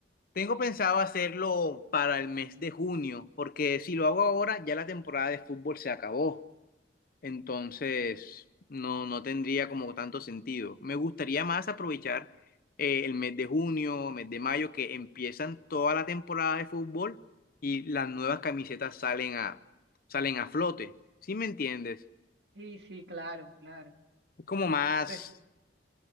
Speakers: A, on the left (about 50°); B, on the right (about 60°).
A: Tengo pensado hacerlo para el mes de junio, porque si lo hago ahora, ya la temporada de fútbol se acabó. Entonces, no, no tendría como tanto sentido. Me gustaría más aprovechar eh, el mes de junio, mes de mayo, que empiezan toda la temporada de fútbol y las nuevas camisetas salen a, salen a flote. ¿Sí me entiendes?
B: Sí, sí, claro, claro.
A: Es como más,
B: Pues,